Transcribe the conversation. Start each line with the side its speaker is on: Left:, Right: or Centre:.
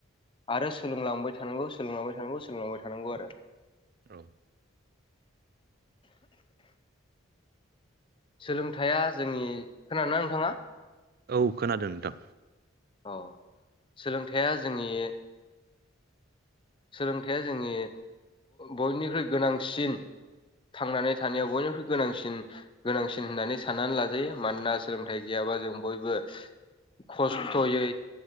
Left: आरो सोलोंलांबाय थानांगौ सोलोंलांबाय थानांगौ सोलोंलांबाय थानांगौ आरो
Right: औ
Left: सोलोंथाया जोंनि खोनादोंना नोंथाङा
Right: औ खोनादों नोंथां
Left: अ सोलोंथाइया जोंनि सोलोंथाइया जोंनि बयनिख्रुइ गोनांसिन थांनानै थानायाव बयनिख्रुइ गोनांसिन गोनांसिन होननानै साननानै लाजायो मानोना सोलोंथाइ गैयाबा जों बयबो खस्थ'यै